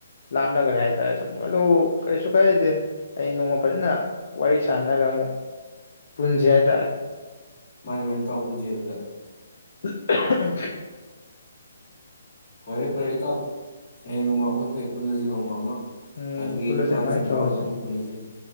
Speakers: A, on the left; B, on the left.
A: ꯂꯥꯝꯅꯒꯔꯦ ꯍꯥꯏꯇꯥꯔꯦ ꯑꯗꯨ ꯀꯩꯁꯨ ꯀꯥꯏꯗꯦ ꯑꯩ ꯅꯣꯡꯃ ꯐꯖꯅ ꯋꯥꯔꯤ ꯁꯥꯟꯅꯒ ꯑꯃꯨꯛ ꯄꯨꯟꯁꯤ ꯍꯥꯏꯇꯥꯔꯦ
B: ꯃꯅꯤ ꯃꯅꯤ ꯇꯄꯨꯨꯝ ꯆꯦꯗꯗ
A: ꯎꯃꯝ ꯍꯨꯛ <inaudible>
B: ꯐꯔꯦ ꯐꯔꯦ ꯏꯇꯥꯎ ꯍꯌꯦꯡ ꯅꯣꯡꯃ ꯑꯩꯈꯣꯏ ꯃꯈꯩ ꯄꯨꯜꯂꯁꯤ ꯅꯣꯡꯃ ꯑꯃ
A: ꯎꯝ
B: ꯑꯗꯨꯒꯤ
A: ꯄꯨꯜꯂꯁꯦ
B: ꯑꯉꯥꯡꯁꯤꯡ
A: ꯑꯗꯨꯃꯥꯏꯅ ꯇꯧꯔꯁꯦ
B: ꯌꯥꯥꯎꯁꯨ ꯑꯃꯨꯛ ꯄꯨꯜꯂꯁꯤ